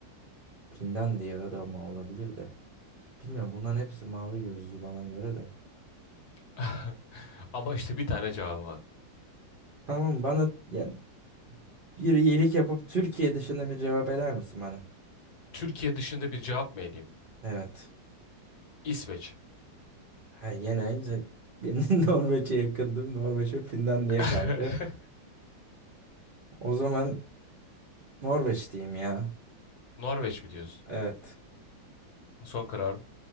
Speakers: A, on the right; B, on the left.
A: Finlandiya da ama olabilir de. Bilmiyorum bunların hepsi mavi gözlü bana göre de.
B: <laughs> Ama işte bir tane cevabı var.
A: Tamam bana yani bir iyilik yapıp Türkiye dışında bir cevap eder misin bana?
B: Türkiye dışında bir cevap mı eleyeyim?
A: Evet.
B: İsveç.
A: Ha yine güzel. Ben <laughs> Norveç'e yakındım. Norveç ve Finlandiya
B: <laughs>
A: kaldı. O zaman Norveç diyeyim ya.
B: Norveç mi diyorsun?
A: Evet.
B: Son kararım.